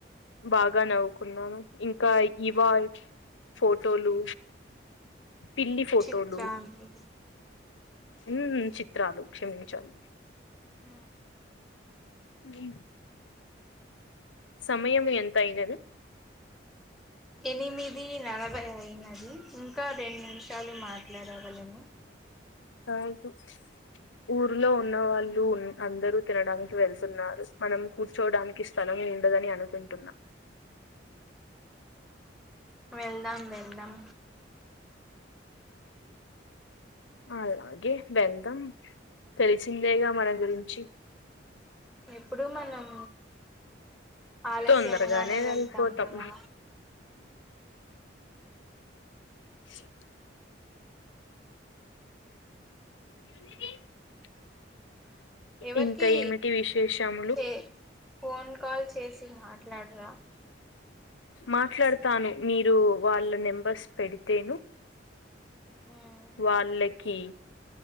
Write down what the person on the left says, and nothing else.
బాగా నవ్వుకున్నాను ఇంకా ఇవా ఫోటోలు పిల్లి ఫోటోలు
ఉహు చిత్రాలు క్షమించాలి
గీ సమయము ఎంతయినది
కాదు ఊర్లో ఉన్న వాళ్ళు అందరూ తినడానికి వెళ్తున్నారు మనం కూర్చోడానికి స్థలము ఉండదని అనుకు టున్నా
అలాగే వెళ్దాం తెలిసిందేగా మన గురించి
తొందరగానే వెళ్ళిపోతాం
శీత మ
ఇంకా ఏమిటి విశేషములు
మాట్లాడతాను మీరు వాళ్ళ నెంబర్స్ పెడితేను
వాళ్ళ కి